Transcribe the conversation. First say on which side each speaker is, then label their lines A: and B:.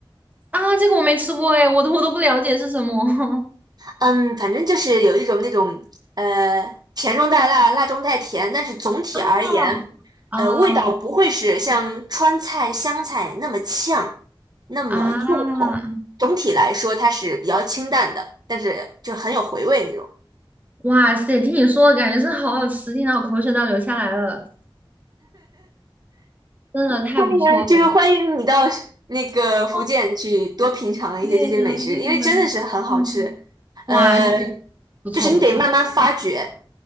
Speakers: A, on the right (about 20°); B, on the right (about 50°).
A: 啊，这个我没吃过哎，我都我都不了解是什么。<laughs>
B: 嗯，反正就是有一种那种呃甜中带辣，辣中带甜，但是总体而言，
A: 哦哦
B: 呃，味道不会是像川菜、湘菜那么呛，那么重口。
A: 啊，
B: 总体来说，它是比较清淡的，但是就很有回味那种。
A: 哇塞！听你说的感觉是好好吃，听到我口水都要流下来了，真的太不错了。
B: 欢迎，就是欢迎你到 <laughs> 那个福建去多品尝一些这些美食，
A: 哦，对的，对的，
B: 因为真的是很好吃。
A: 嗯，
B: 呃，
A: 哇塞，不错不错
B: 就是你得慢慢发掘。